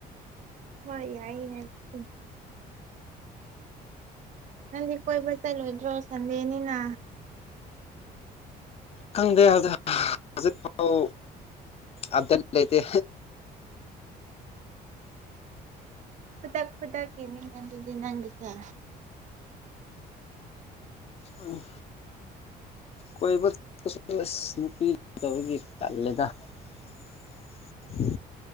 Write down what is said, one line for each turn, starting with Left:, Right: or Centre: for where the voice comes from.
Right: ꯍꯣꯏ ꯌꯥꯏꯅꯦꯁꯨ ꯅꯗꯤ ꯀꯣꯏꯕꯨ ꯆꯂꯣꯏꯗ꯭ꯔꯣ ꯁꯟꯗꯦꯅꯤꯅꯥ
Left: ꯈꯪꯗꯦ ꯍꯧꯖꯤ ꯍꯧꯖꯤꯛ ꯐꯥꯎ ꯑꯞꯗꯦꯠ ꯂꯩꯇꯦ
Right: ꯈꯨꯗꯛ ꯈꯨꯗꯛꯀꯤꯅꯤꯉ ꯑꯗꯨꯗꯤ ꯅꯪꯒꯤꯁꯦ
Left: ꯑ ꯀꯣꯏꯕ ꯑꯁ ꯅꯨꯄꯤꯗꯕꯒꯤ ꯇꯜꯂꯦꯗ <unintelligible>